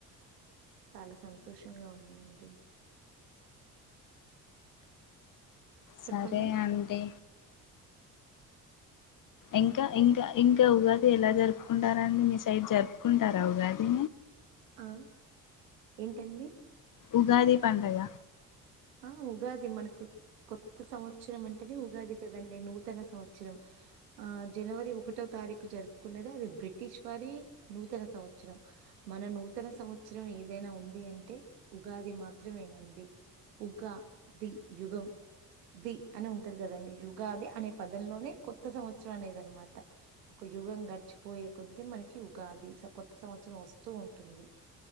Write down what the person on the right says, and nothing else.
చాలా సంతోషంగా ఉందండి చెప్పండి
ఆ ఏంటండి
ఆ ఉగాది మనకు కొత్త సంవత్సరం అంటేనే ఉగాది కదా అండి నూతన సంవత్సరం ఆ జనవరి ఒకటో తారీఖు జరుపుకున్నది అది బ్రి బ్రిటిష్ వారి నూతన సంవత్సరం మన నూతన సంవత్సరం ఏదైనా ఉంది అంటే ఉగాది మాత్రమేనండి ఉగ్గా ది యుగం ది అని ఉంటది కదండి ఉగాది అనే పదంలోనే కొత్త సంవత్సరం అనేది అనమాట ఒక యుగం గడిచిపోయే కొద్ది మనకి ఉగాది స కొత్త సంవత్సరం వస్తూ ఉంటుంది